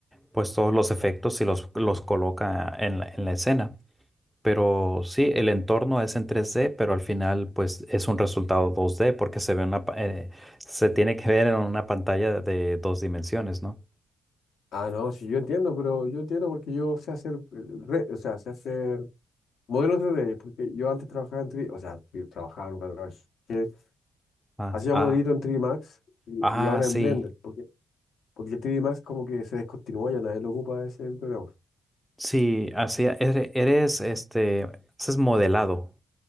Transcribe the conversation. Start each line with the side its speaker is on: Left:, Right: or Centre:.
Centre: pues todos los efectos y los, los coloca en la en la escena. Pero sí, el entorno es en 3D, pero al final pues es un resultado 2D porque se ve una, pa- eh, se tiene que ver en una pantalla de dos dimensiones, ¿no?
Left: Ah, no, sí, yo entiendo, pero yo entiendo porque yo sé hacer, eh, re- o sea, sé hacer modelos tres d porque yo antes trabajaba en 3D, o sea, sí, trabajaba, nunca trabajé,
Centre: Ah,
Left: hacía
Centre: ah,
Left: modelito en 3D Max y,
Centre: ah,
Left: y ahora
Centre: sí,
Left: en Blender, porque, porque 3D Max como que se descontinuó, ya nadie lo ocupa ese programa.
Centre: sí, así, ere- eres, este, haces modelado.